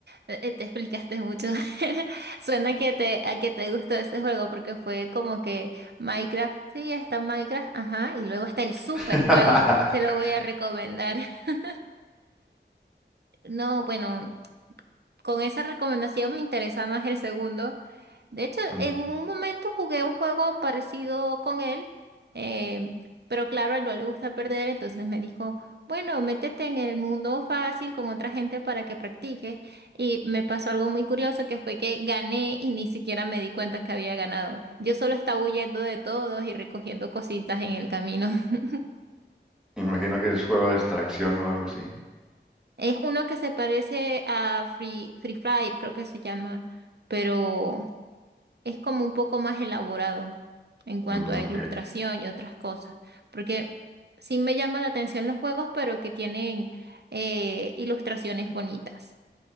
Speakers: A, on the right; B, in the centre.
A: Eh, Te explicaste mucho. <laughs> Suena que te, a que te gustó ese juego porque fue como que Minecraft, sí, está Minecraft, ajá, y luego está el super
B: <laughs>
A: juego, te lo voy a recomendar. <laughs> No, bueno, con esa recomendación me interesa más el segundo. De hecho,
B: Mm,
A: en un momento jugué un juego parecido con él, eh, pero claro, a él no le gusta perder, entonces me dijo, bueno, métete en el mundo fácil con otra gente para que practiques. Y me pasó algo muy curioso que fue que gané y ni siquiera me di cuenta que había ganado. Yo solo estaba huyendo de todos y recogiendo cositas en el camino. <laughs>
B: Me imagino que es juego de extracción o algo así.
A: Es uno que se parece a Free, Free Fire, creo que se llama, pero... es como un poco más elaborado en cuanto
B: Mm,
A: a
B: ok,
A: ilustración
B: ok,
A: y otras cosas, porque sí me llama la atención los juegos, pero que tienen eh, ilustraciones bonitas.